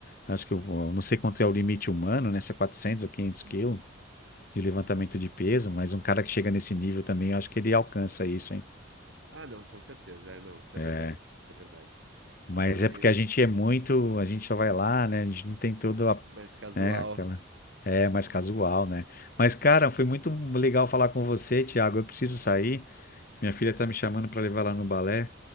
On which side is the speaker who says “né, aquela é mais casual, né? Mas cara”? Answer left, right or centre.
Left